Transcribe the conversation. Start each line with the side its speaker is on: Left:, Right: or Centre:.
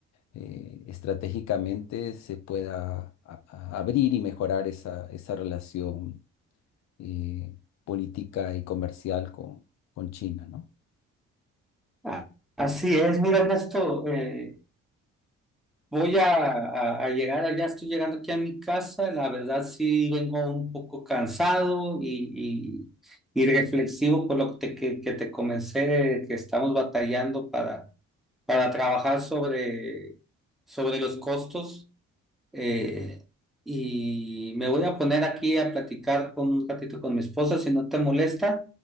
Left: eh, estratégicamente se pueda a- a- abrir y mejorar esa, esa relación eh, política y comercial con, con China, ¿no?
Centre: A- Así es, mira, Ernesto, eh, voy a, a- a llegar allá, estoy llegando aquí a mi casa, la verdad sí vengo un poco cansado y, y, y reflexivo por lo que te, que, que te comencé, que estamos batallando para, para trabajar sobre, sobre los costos Eh, y me voy a poner aquí a platicar con un ratito con mi esposa, si no te molesta.